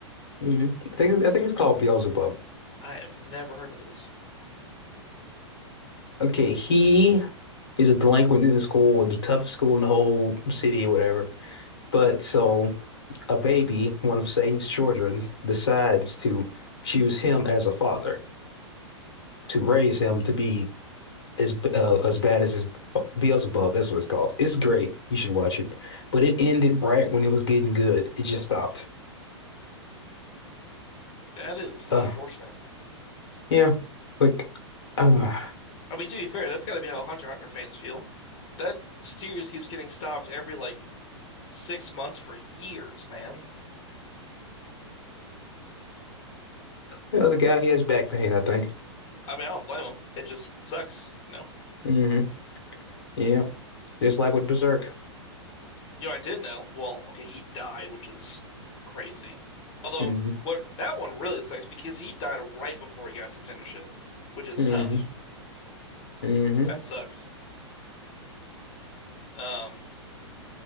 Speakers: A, on the left (about 60°); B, on the left (about 35°).
A: hmm I think I think it's called Beelzebub.
B: I have never heard of this.
A: Okay, he he's a delinquent in the school, the toughest school in the whole city or whatever. But so a baby, one of Satan's children, decides to choose him as a father to raise him to be as uh, as bad as his fa- Beelzebub. That's what it's called. It's great. You should watch it. But it ended right when it was getting good. It just stopped.
B: That is unfortunate.
A: Uh, yeah, like uh,
B: I mean, to be fair, that's got to be how Hunter x Hunter fans feel. That series keeps getting stopped every like six months for years, man.
A: the other guy, he has back pain, I think.
B: I mean, I don't blame them. It just sucks, No.
A: hmm Yeah, just like with Berserk.
B: You know, I did know. Well, okay, he died, which is crazy. Although,
A: hmm
B: what that one really sucks because he died right before he got to finish it, which is
A: hmm
B: tough.
A: hmm
B: That sucks. Um,